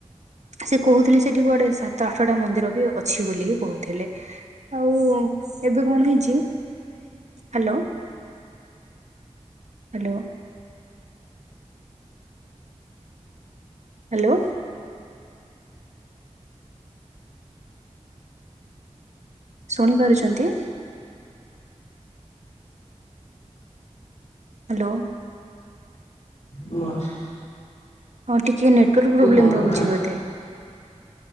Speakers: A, on the right; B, on the left.
A: ସେ କହୁଥିଲେ ସେଠି କୁଆଡେ ସାତ ଆଠଟା ମନ୍ଦିର ବି ଅଛି ବୋଲିକି କହୁଥିଲେ। ଆଉ ଏବେ କଣ ହେଇଛି, ହାଲୋ। ହାଲୋ। ହାଲୋ। ଶୁଣିପାରୁଛନ୍ତି। ହାଲୋ।
B: ହଁ।
A: ହଁ ଟିକେ ନେଟୱାର୍କ ପ୍ରୋବ୍ଲେମ
B: ବଡ
A: ରହୁଛି
B: ବଡ
A: ବୋଧେ।